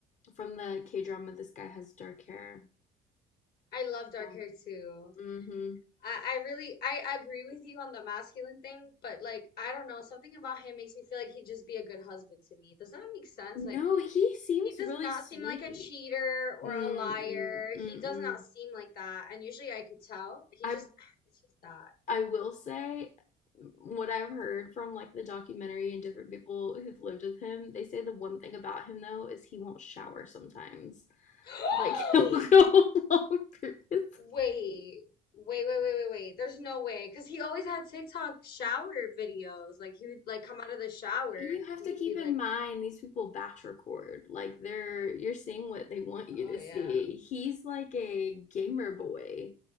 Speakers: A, on the left (about 45°); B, on the left (about 70°).
A: From the K drama this guy has dark hair.
B: I love dark
A: So
B: hair too.
A: mm-hmm.
B: I, I really I agree with you on the masculine thing, but like I don't know, something about him makes me feel like he'd just be a good husband to me. Does that make sense?
A: No,
B: Like
A: he seems
B: he does
A: really
B: not
A: sweet.
B: seem like a cheater or
A: Mm-mm.
B: a liar.
A: Mm-mm.
B: He does not seem like that. And usually I could tell. He
A: I
B: just <sighs> it's just that.
A: I will say what I've heard from like the documentary and different people who've lived with him, they say the one thing about him though is he won't shower sometimes.
B: <laughs>
A: Like <laughs> he'll go
B: <gasps>
A: long periods.
B: Wait, wait, wait, wait, wait, wait. There's no way. Because he always had TikTok shower videos. Like, he would, like, come out of the shower
A: You
B: and
A: have
B: he
A: to
B: would
A: keep
B: be
A: in
B: like,
A: mind these people batch record. Like they're you're seeing what they want you
B: oh,
A: to
B: yeah.
A: see. He's like a gamer boy.